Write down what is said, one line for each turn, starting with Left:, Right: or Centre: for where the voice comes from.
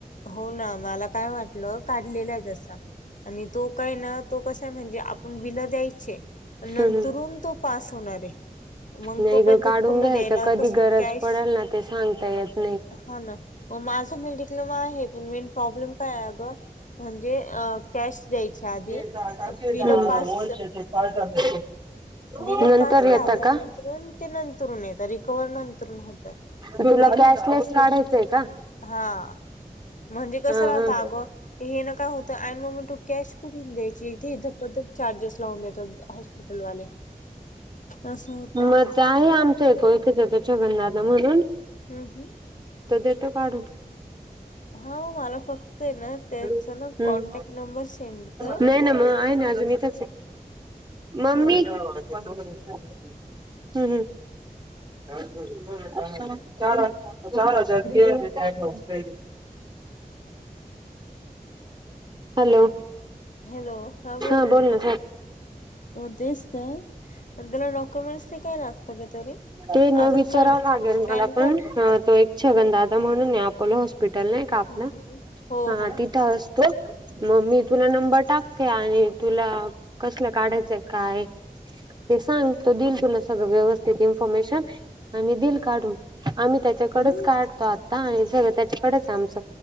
Left: हो ना मला काय वाटलं काढलेला आहे तसा आणि तो काय ना तो कसा आहे म्हणजे आपण बिल द्यायचे नंतरून
Right: हम्म
Left: तो पास होणार आहे मग
Right: नाही
Left: तो पर्यंत
Right: ग काढून
Left: पुन्हा
Right: घ्यायच
Left: द्यायला
Right: कधी
Left: कशी
Right: गरज
Left: कॅश
Right: पडेल ना ते सांगता येत
Left: हा ना म माझं मी टिकलं प मे प्रॉब्लेम काय अ म्हणजे टॅक्ट द्यायच्या आधी
Right: नाही
Left: बिलो पास बिल
Right: नंतर
Left: पास
Right: येता
Left: झाल्यानंतर
Right: का?
Left: ते नंतरून येत रिकवर्ह नंतरून होतय
Right: तुला
Left: पण
Right: गॅसलेस काढायचय का
Left: हा म्हणजे कसं
Right: हा
Left: राहत
Right: हा
Left: अगं हे ना काय होतं अड ममी टू कॅश ून देखि ते इदर उधर चार्जस लाव त हॉस्पिटल वले असस होता
Right: मग आहे आमच आहेो एकच येत छगनाला म्हणून
Left: हम् हम्
Right: तर देतो काढून
Left: हा मला फक्त आहे ना त्यांचा
Right: हम्
Left: ना कॉन्टॅक्ट नंबर सेंड कर
Right: नाही ना मग आहे ना अजून इथ मम्मी
Left: हो
Right: नैसर्गिक आपत्तीमुळे होणारे पिकाचे नुकसान टाळण्यासाठी प्रत्यक्ष शेतकऱ्याकडे पिक विमा असायलाच हा हा चार चार हजार हॅलो
Left: हॅलो बोल
Right: हा
Left: बोल
Right: बोलन
Left: ना मग तेच तर आणि त्याला डॉक्युमेंट्स ते काय लागतं का तरी
Right: ते नवीच
Left: आधार कार्ड
Right: विचारव लागेल
Left: पॅन
Right: मला पण
Left: कार्ड
Right: तो एक छगनदादा म्हणून अपोलो हॉस्पिटले कापलं
Left: हम्म हम्म हो
Right: हा
Left: हो
Right: तिथंच बग त मग मी तुला नंबर टाकते आणि तुला कसलं काढायचंय काय ते सांग तो दिल तुला सगळं व्यवस्थित इन्फॉर्मेशन आणि दिल काढून आ इकडेच
Left: हम्म
Right: काढतो आता आणि सगळं त्याच्याकडेच आमच